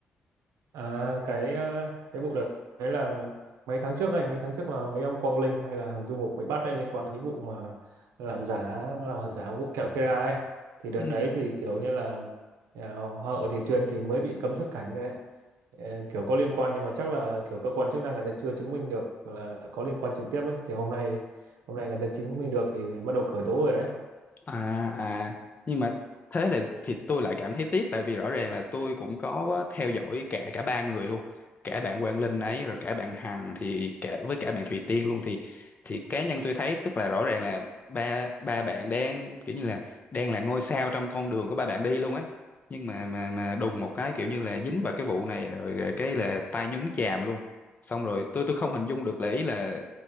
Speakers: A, on the right; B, on the left.
A: À, cái ờ, cái vụ đấy đấy là mấy tháng trước ấy, mấy tháng trước là mấy ông Quang Linh hay là Hằng Du Mục bị bắt đây liên quan cái vụ mà làm giá làm hàng giả vụ kẹo Kera ấy. Thì đợt
B: với.
A: đấy thì kiểu như là ờ, Hoa hậu Thủy Tiên thì mới bị cấm xuất cảnh đấy. Ờ, kiểu có liên quan nhưng mà chắc là kiểu cơ quan chức năng người ta chưa chứng minh được là có liên quan trực tiếp ấy. Thì hôm nay hôm nay người ta chứng minh được thì bắt đầu khởi tố rồi đấy.
B: à à nhưng mà thế là thì tôi lại cảm thấy tiếc tại vì rõ ràng là tôi cũng có á, theo dõi cả cả ba người luôn cả bạn Quang Linh ấy rồi cả bạn Hằng thì cả với cả bạn Thùy Tiên luôn thì thì cá nhân tôi thấy tức là rõ ràng là ba ba bạn đang kiểu như là đang là ngôi sao trong con đường của ba bạn đi luôn ấy nhưng mà mà mà đùng một cái kiểu như là dính vào cái vụ này rồi cái là tay nhúng chàm luôn xong rồi tôi tôi không hình dung được là ý là